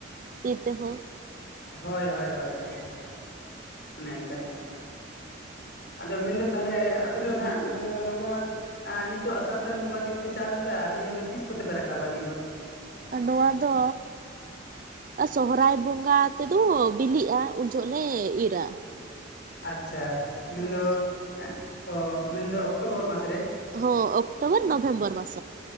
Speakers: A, on the right; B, on the left.
A: ᱥᱤ ᱛᱮᱦᱚᱸ᱾
B: ᱦᱳᱭ ᱦᱳᱭ ᱦᱳᱭ ᱦᱳᱭ ᱚᱱᱮ ᱚᱱᱠᱟ ᱾ ᱟᱫᱚ ᱢᱮᱱᱫᱚ ᱛᱟᱦᱚᱞᱮ ᱟᱯᱮ ᱫᱚ ᱱᱟᱜ ᱢᱮᱱᱫᱚ ᱱᱚᱜᱼᱚ ᱱᱚᱣᱟ ᱟᱨ ᱱᱤᱛᱚᱜ ᱟᱥᱟᱲ ᱥᱟᱱ ᱵᱚᱸᱜᱟ ᱫᱤᱱ ᱯᱮ ᱪᱟᱥᱫᱟ ᱱᱤᱭᱟᱹ ᱫᱚ ᱛᱤᱥ ᱠᱚᱛᱮ ᱯᱮ ᱨᱟᱠᱟᱵᱟ ᱱᱤᱭᱟᱹ ᱫᱚ?
A: ᱱᱚᱣᱟ ᱫᱚ ᱟᱨ ᱥᱚᱦᱚᱨᱟᱭ ᱵᱚᱸᱜᱟ ᱛᱮ ᱫᱚ ᱵᱤᱞᱤᱜᱼᱟ ᱩᱱ ᱡᱚᱦᱚᱜ ᱞᱮ ᱤᱨᱟ᱾
B: ᱟᱪᱪᱷᱟ ᱢᱮᱱᱫᱚ
A: ᱦᱚᱸ
B: ᱦᱮᱸ ᱚ ᱢᱮᱱ ᱫᱚ ᱚᱠᱴᱳᱚᱵᱚᱨ ᱢᱟᱥ ᱨᱮ?
A: ᱦᱚᱸ ᱚᱠᱴᱳᱵᱚᱨ ᱱᱚᱵᱷᱮᱢᱵᱚᱨ ᱢᱟᱥ